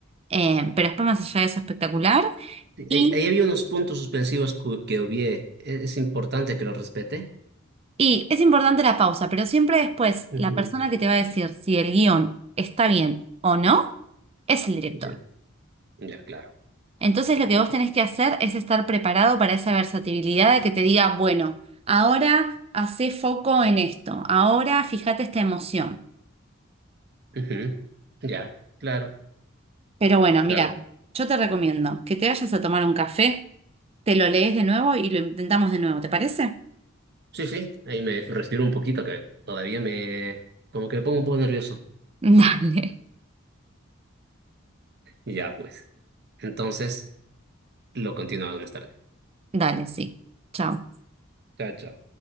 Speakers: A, on the right; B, on the right.
A: eh, pero después más allá de eso, espectacular.
B: Sí,
A: Y,
B: Ahí, ahí había unos puntos suspensivos cu- que obvié. E- Es importante que los respete.
A: y es importante la pausa, pero siempre después,
B: Ujú.
A: la persona que te va a decir si el guión está bien o no, es el director.
B: Ya, ya, claro.
A: Entonces lo que vos tenés que hacer es estar preparado para esa versatilidad de que te diga, bueno, ahora hacé foco en esto, ahora fíjate esta emoción.
B: Ujú. Ya, claro,
A: Pero bueno, mira,
B: claro.
A: yo te recomiendo que te vayas a tomar un café, te lo lees de nuevo y lo intentamos de nuevo, ¿te parece?
B: Sí, sí, ahí me respiro un poquito que todavía me, como que me pongo un poco nervioso.
A: <laughs> Dale.
B: Ya, pues. Entonces. Lo continuamos más tarde.
A: Dale, sí. Chao.
B: Chao, chao.